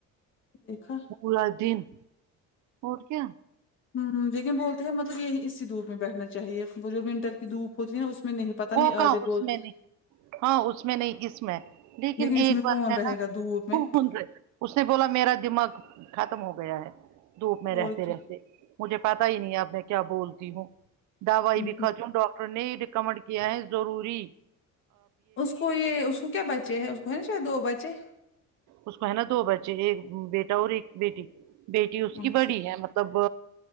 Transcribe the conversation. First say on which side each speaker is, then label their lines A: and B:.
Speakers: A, on the left; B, on the right.
A: دیکھا
B: پلادین ہوٹ کیا
A: ہمم لیکن بولتے ہیں مطلب یہی اسی دھوپ میں بیٹھنا چاہیے وہ جو ونٹر کی دھوپ ہوتی ہے نا اس میں نہیں پتا
B: وہ
A: نہیں
B: کہ
A: آدھے بولتے
B: اس میں نے ہاں اس میں نہیں اس میں لیکن
A: اس
B: ایک
A: میں
B: بات
A: کون
B: ہے
A: رہے
B: نا
A: گا دھوپ میں
B: <unintelligible> خ اس نے بولا میرا دماغ ختم ہو گیا ہے دھوپ میں رہتے
A: اور
B: رہتے مجھے پتا ہی نہیں اب میں کیا بولتی ہوں دوائی
A: کیا
B: بھی خرچ ڈاکٹر نے ریکمنڈ کیا ہے ضروری
A: اس کو یہ اس کو کیا بچے ہیں اس کو ہے نا شاید دو بچے
B: اس کو ہے نا دو بچے ایک بیٹا اور ایک بیٹی بیٹی اس کی
A: اچھا
B: بڑی ہے مط تب